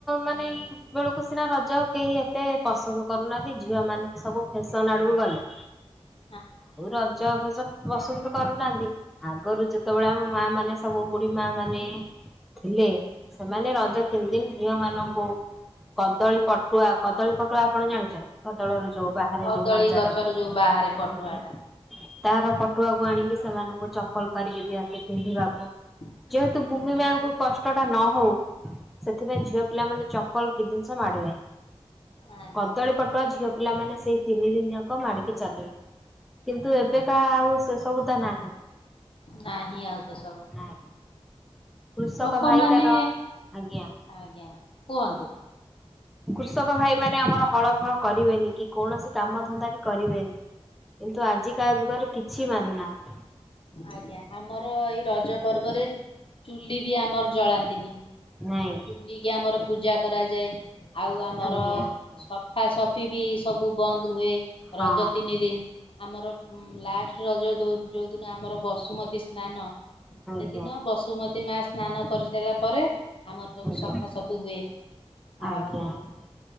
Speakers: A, in the centre; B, on the left.
A: ମାନେଇ ବେଳକୁ ସିନା ରଜ କେହି ଏତେ ପସନ୍ଦ କରୁନାହାନ୍ତି ଝିଅ ମାନେ ସବୁ ଫ୍ୟାସନ ଆଡକୁ ଗଲେ
B: ହଁ।
A: ଆଉ ରଜ ଫଜ ପସନ୍ଦ କରୁନାହାନ୍ତି ଆଗରୁ ଯେତେବେଳେ ଆମ ମା ମାନେ ସବୁ ବୁଢୀ ମା ମାନେ ଥିଲେ ସେମାନେ ରଜ ତିନି ଦିନ ଝିଅ ମାନଙ୍କୁ କଦଳୀ ପଟୁଆ କଦଳୀ ପଟୁଆ ଆପଣ ଜାଣିଛନ୍ତି? ବଦଳରୁ ଯୋଉ ବାହାରେ
B: କଦଳୀ
A: ଯୋଉ ମଞ୍ଚା
B: ଗଛରୁ
A: ଟାକୁ
B: ଯୋଉ ବାହାରେ ପଟୁଆ
A: ଆଜ୍ଞା।
B: ଟା।
A: ତାର ପଟୁଆକୁ ଆଣିକି ସେମାନଙ୍କୁ ଚପଲ କରିକି ଦିଅନ୍ତି ପିନ୍ଧିବାକୁ।
B: ହୁଁ।
A: ଯେହେତୁ ଭୂମି ମାଙ୍କୁ କଷ୍ଟ ଟା ନ ହଉ ସେଥିପାଇଁ ଝିଅ ପିଲା ମାନେ ଚପଲ କି ଜିନିଷ ମାଡିବେନି
B: ଆଜ୍ଞା।
A: କଦଳୀ ପଟ ଝିଅ ପିଲାମାନେ ସେଇ ତିନି ଦିନି ଯାକ ମାଡିକି ଚାଲିବେ। କିନ୍ତୁ ଏବେକା ଆଉ ସେ ସବୁ ତ ନାହିଁ।
B: ନାହିଁ ଆଉ ସେ ସବୁ।
A: ନାହିଁ କୃଷକ
B: ଲୋକମାନେ
A: ଭାଇ ତାର ଆଜ୍ଞା।
B: ଆଜ୍ଞା କୁହନ୍ତୁ।
A: କୃଷକ ଭାଇ ମାନେ ଆମର ହଳ ଫଳ କରିବେନି କି କୌଣସି କାମ ଧନ୍ଦା ବି କରିବେନି। କିନ୍ତୁ ଆଜିକା ଯୁଗରେ କିଛି ମାନୁ ନାହାଁନ୍ତି।
B: ଆଜ୍ଞା ଆମର ଏଇ ରଜ ପର୍ବରେ ଚୁଲି ବି ଆମର ଜଳାନ୍ତିନି
A: ନାଇଁ
B: ଚୁଲିକି ଆମର ପୂଜା କରାଯାଏ ଆଉ ଆମର
A: ଆଜ୍ଞା ଆଜ୍ଞା
B: ସଫା ସଫି ବି ସବୁ ବନ୍ଦ ହୁଏ
A: ହଁ।
B: ରଜ ତିନି ଦିନ। ଆମର ଲାଷ୍ଟ ରଜ ଜଉ ଯଉଦିନ ଆମର ବସୁମତୀ ସ୍ନାନ ସେଦିନ
A: ଆଜ୍ଞା
B: ବସୁମତୀ ମା ସ୍ନାନ କରି ସାରିଲା ପରେ ଆମର ସବୁ
A: ଆଜ୍ଞା
B: ସଫା ସଫି ହୁଏ। ଆଉ
A: ଆଜ୍ଞା ଆଜ୍ଞା